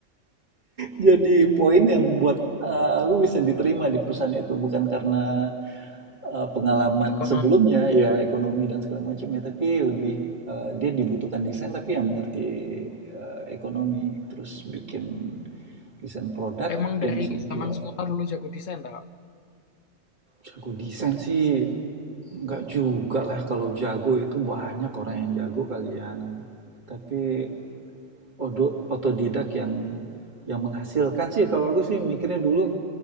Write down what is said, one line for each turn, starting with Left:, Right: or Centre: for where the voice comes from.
Right: jadi poin yang membuat eh, aku bisa diterima di perusahaan itu bukan karena eh, pengalaman
Left: Ekonomi.
Right: sebelumnya ya ekonomi dan segala macam ya, tapi lebih eh, dia dibutuhkan desain tapi yang mengerti eh, ekonomi terus bikin desain produk
Left: Emang
Right: yang
Left: dari
Right: bisa menjual.
Left: zaman sekolah dulu jago desain tak Kak?
Right: Jago desain sih Enggak juga lah kalau jago itu banyak orang yang jago kali ya. Nam. Tapi odo- otodidak yang yang menghasilkan sih kalau aku sih mikirnya dulu